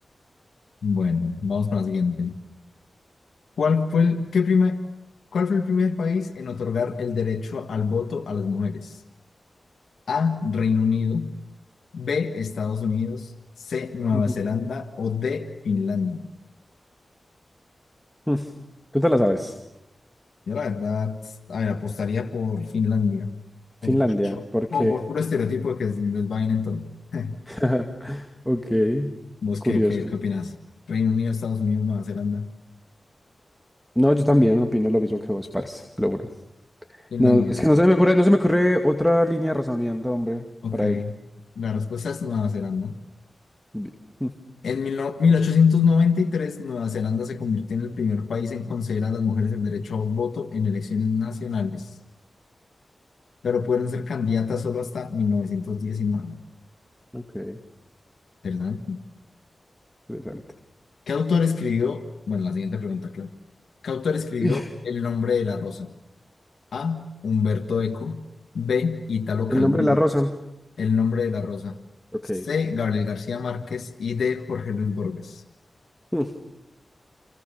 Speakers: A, on the left; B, in the centre.
A: Bueno, vamos con la siguiente. ¿Cuál fue el, qué prima- cuál fue el primer país en otorgar el derecho al voto a las mujeres? A, Reino Unido. B, Estados Unidos. C, Nueva
B: Ujú.
A: Zelanda.
B: <laughs>
A: O D, Finlandia.
B: Mm, Tú te la sabes.
A: Yo la verdad, a ver, apostaría por Finlandia. Por,
B: Finlandia, ¿por
A: no,
B: qué?
A: por puro estereotipo de que les va bien en todo. <laughs>
B: <laughs> Ok,
A: ¿Vos
B: curioso.
A: qué, qué, qué opinás? Reino Unido, Estados Unidos, Nueva Zelanda.
B: No, yo también opino lo mismo que vos, parce, te lo juro.
A: Finlandia.
B: No, es que no se me ocurre, no se me ocurre otra línea de razonamiento, hombre,
A: Ok.
B: para ello.
A: La respuesta es Nueva Zelanda.
B: Bien. Mm,
A: En mil no- 1893 Nueva Zelanda se convirtió en el primer país en conceder a las mujeres el derecho a voto en elecciones nacionales, pero pueden ser candidatas solo hasta 1919.
B: <laughs> Ok,
A: ¿Verdad?
B: interesante.
A: ¿Qué autor escribió? Bueno, la siguiente pregunta, claro. ¿Qué autor escribió
B: Y,
A: El nombre de la rosa? A. Humberto Eco. B. Italo Calvino.
B: El nombre de la rosa.
A: El nombre de la rosa.
B: Ok.
A: C.
B: <laughs>
A: Gabriel García Márquez. Y D. Jorge Luis Borges.
B: Mm,